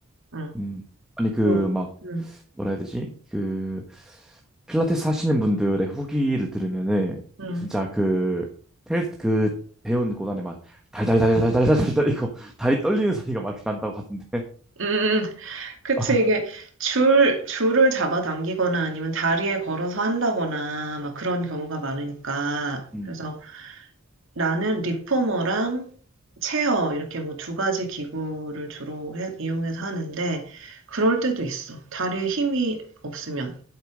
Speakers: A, on the right; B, in the centre.
A: 응.
B: 음. 아니, 그막
A: 요, 응,
B: 뭐라 해야 되지? 그 필라테스 하시는 분들의 후기를 들으면은
A: 응.
B: 진짜 그 테일 그 배운 곳안에 막 달달달달달달달달 이거 다리 떨리는 소리가 막 이렇게 난다고 하던데.
A: 음, 음. 음. 그치.
B: <laughs>
A: 이게 줄, 줄을 잡아당기거나 아니면 다리에 걸어서 한다거나 막 그런 경우가 많으니까.
B: 음,
A: 그래서 나는 리포머랑 체어 이렇게 뭐 두 가지 기구를 주로 해- 이용해서 하는데 그럴 때도 있어. 다리에 힘이 없으면.